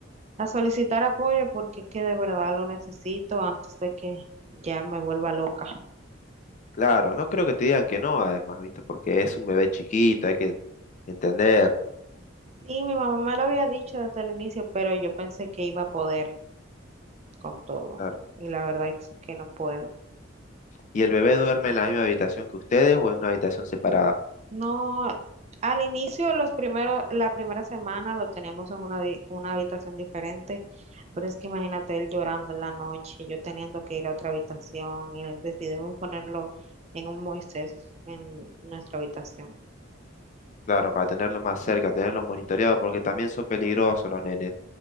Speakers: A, on the right (about 35°); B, on the left (about 40°).
A: a solicitar apoyo porque es que de verdad lo necesito antes de que ya me vuelva loca.
B: Claro, no creo que te digan que no, además, ¿viste? Porque es un bebé chiquito, hay que entender.
A: Sí, mi mamá me lo había dicho desde el inicio, pero yo pensé que iba a poder con todo
B: Claro.
A: y la verdad es que no puedo.
B: ¿Y el bebé duerme en la misma habitación que ustedes o en una habitación separada?
A: No, al inicio, los primeros, la primera semana lo tenemos en una, di- una habitación diferente, pero es que imagínate él llorando en la noche, yo teniendo que ir a otra habitación y él- decidimos ponerlo en un Moisés en nuestra habitación.
B: Claro, para tenerlo más cerca, tenerlo monitoreado, porque también son peligrosos los nenes.